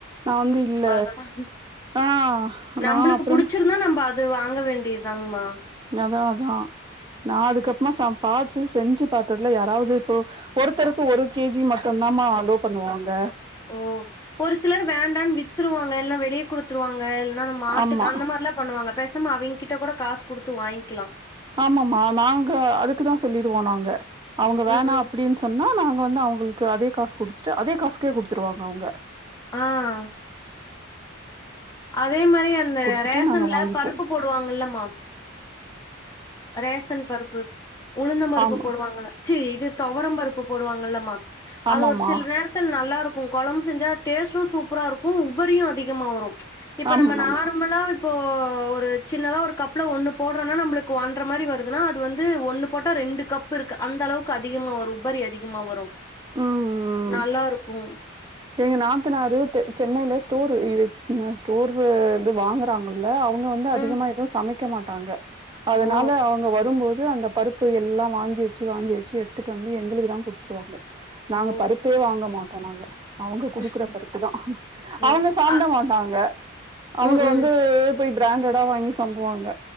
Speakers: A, on the right (about 25°); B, on the left (about 15°).
A: நா வந்து
B: ம்
A: இல்ல
B: அததா
A: ஆ
B: நம்பளுக்கு
A: நா அப்புறம்
B: புடுச்சிருந்தா நம்ப அ து வாங்க வேண்டியதாங்மா
A: அதா அதா நா அதுக்கப்மா ச பாத்து செஞ்சு பாத்ததுல யாராவது இப்போ ஒருத்தருக்கு ஒரு கே ஜி மட்டுந்தாம்மா அலோ பண்ணுவாங்க
B: ஓ ஒரு சிலர் வேண்டான் வித்துருவாங்க இல்ன்னா வெளிய குடுத்துருவாங்க இல்லன்னா அந்த மாட்டுக்கு
A: ஆமா
B: அந்த மாரிலா பண்ணுவாங்க பேசாம அவிங் கிட்ட கூட காசு குடுத்து வாங்கிக்கலா
A: ஆமாமா நாங்க அதுக்குதா சொல்லிடுவோ நாங்க அவுங்க வேணா
B: ம், ம்.
A: அப்புடின் சொன்னா நாங்க வந்து அவுங்களுக்கு அதே காசு குடுத்துட்டு அதே காசுக்கே குடுத்துருவாங்க அவுங்க
B: ஆஹ் அதே மாரி அந்த
A: குடுத்துட்டு
B: ரேஷன்ல
A: நாங்க வாங்கிப்போ
B: பருப்பு போடுவாங்கல்லமா ரேஷன் பருப்பு உளுந்தம்பருப்பு
A: ஆமா
B: போடுவாங்கல்ல ச்சி இது தொவரம் பருப்பு போடுவாங்கல்லமா அது
A: ஆமாமா
B: ஒரு சில் நேர துல் நல்லா இருக்கு கொழம்பு செஞ்சா டேஸ்ட்டு சூப்பரா இருக்கு உபரியு அதிகமா வரு இப்ப
A: ஆமாமா
B: நம்ம நார்மலா இப்போ ஒரு சின்னதா ஒரு கப்ல ஒண்ணு போடுறோனா நம்ளுக் கு ஒண்ற மாரி வருதுனா அது வந்து ஒண்ணு போட்டா ரெண்டு கப்பு இருக்க அந்த அளவுக்கு அதிகமா வரு உபரி அதிகமா வரு
A: ம் ம்
B: நல்லா இருக்கு
A: எங்க நாத்தனாரு தெ சென்னைல ஸ்டோரு இது அ ஸ்டோரு வந்து வாங்க றாங்கல்ல அவுங்க வந்து அதிகமா
B: ம்.
A: எது சமைக்க மாட்டாங்க அதனால
B: ஓ!
A: அவுங்க வரும்போது அந்த பருப் ப்பு எல்லா வாங்கி வெச்சு வாங்கி வெச்சு எடாத்துட்டு வந்து எங்களுக்கு தா குட்த்துருவாங்க நாங்க
B: ஓ!
A: பருப்பே வாங்க மாட்டோ நாங்க அவுங்க குடுக்குற
B: ம்ஹ்ம்.
A: பருப்பு தா
B: ஓ!
A: அவங்க சாப்ட
B: அ
A: மாட்டாங்க அவுங்க
B: ம், ம்.
A: வந்து போயி பிராண்டடா வாங்கி சம்புவாங்க